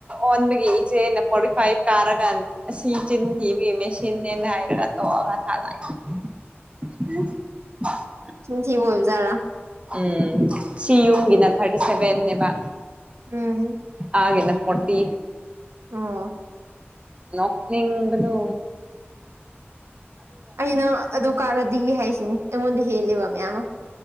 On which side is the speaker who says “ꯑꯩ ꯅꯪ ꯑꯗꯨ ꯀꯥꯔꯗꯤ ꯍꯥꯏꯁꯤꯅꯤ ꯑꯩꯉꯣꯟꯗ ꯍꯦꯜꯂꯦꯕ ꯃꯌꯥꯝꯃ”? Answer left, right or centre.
Right